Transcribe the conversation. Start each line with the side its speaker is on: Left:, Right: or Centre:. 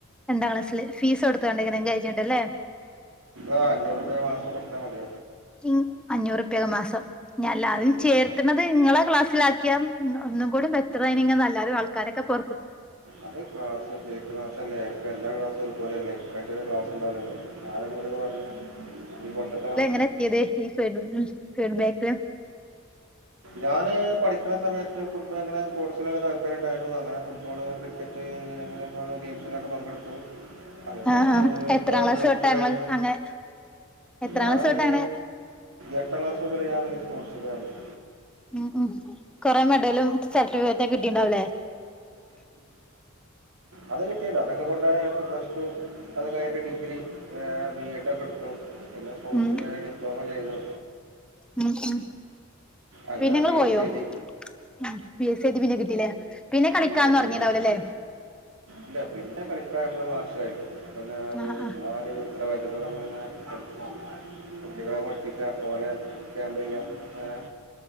Centre: രണ്ടാം ക്ലാസില് ഫീസ് കൊടുത്തു കാണ്ട് എങ്ങനെ കഴിക്കണ്ടല്ലേ
Right: ആഹ് അഞ്ചു റ് ർപ്യയ മാസം കെടുത്ത മതി
Centre: ക്കി അഞ്ഞൂറ് റപ്യ ക്കെ മാസം ഞ്ഞ് അല്ലാതെ
Right: ഉം.
Centre: ചേർത്തണത് ഇങ്ങളെ ക്ലാസ്സിലാ ആക്കിയ ഒന്ന് ഒന്നും കൂടി ബെറ്റർ ഏനി ഇങ്ങെ എല്ലാരും ആൾക്കാരൊക്കെ പൊ
Right: അത് ക്ലാസ് കേട്ട് ക്ലാസ്സല്ലേ ഇപ്പ എല്ലാ ക്ലാസ്സും ഒരു പോലെല്ലേ പയ്റ്റ ടെ ക്ലസ് ഉണ്ടാവു ലല്ലോ ആ രാ ഇങ്ങളൊട് ഇത് പറഞ്ഞേ ഈ പൊട്ടത്തരം
Centre: ന്നാ എത്തിയത് ഈ ഫീ <unintelligible> ഫീഡ്ബേക്ക്
Right: ഞാന് പഠിക്കുണ സമയത്ത് കുട്ട്യയള ങ്ങനെ സ്പോർട്സൽ താല്പര്യംണ്ടായിരുന്നു അങ്ങനെ ഫുട്ബോള് ക്രിക്കറ്റ് അങ്ങനെയക്കെയള്ള ഗെയിംസിലൊക്കെ പങ്കെടുത്തു അത് കഴിഞ്ഞു
Centre: ആഹ് ആഹ് എത്രാം
Right: ഇപ്പോ
Centre: ക്ലാസ്
Right: പ്ലസ്
Centre: തൊട്ടാ
Right: ടു കഴിഞ്ഞു
Centre: ഇങ്ങള് അങ്ങനെ എത്രാം
Right: ഞാന്
Centre: ക്ലാസ് തൊട്ടാണ്
Right: എട്ടാം ക്ലാസ് മുതൽ ഞാന് സ്പോർട സ് ല് എറങ്ങി
Centre: ഉം ഉം കൊറെേ മെഡലും സർട്ടിഫിക്കറ്റ്ക്കെ കിട്ടിട്ടുണ്ടാവുലേ
Right: അത് കിട്ടി ണ്ടോ അതൊക്കെ കൊണ്ടാണ് ന്ക്ക് പ്ലസ് തു അത് കഴ്ഞ്ഞിട്ട് ഡിഗ്രി ഏഹ് ബി എഡ് ഒക്കെ ഇട്ത്തു പിന്നെ ഫോഴ്സ്ൽ
Centre: ഉം
Right: ഒരു ഡിപ്ലോമ ചെയ്തു
Centre: ഉം ഉം
Right: അങ്ങനെ
Centre: പിന്നെ ഇങ്ങള്
Right: പി
Centre: പോയോ
Right: എസ് സി എഴ്തി
Centre: ഉം പി എസ് സി എഴ്തി പിന്നെ കിട്ടിലെ പിന്നെ കളിക്കാന്
Right: ബി എസ്
Centre: തൊടങ്ങിണ്ടാവൂലാ
Right: എഴുതി
Centre: ലെ
Right: ഇല്ല പിന്നെ കളിക്കാൻ നമ്മെ ൾ മാഷ് അയല്ലോ പിന്നെ ആ ഒരു
Centre: ആഹ് ആഹ്
Right: ആ ഒരു ഇത്ര <unintelligible> ത്തോടെ നമ്മെൾ ഇങ്ങനെ <unintelligible> കുട്ടികളെം പഠിപ്പിക്കാ ഒലെ ക്യാമ്പ് ചെയ്യാ ഏഹ്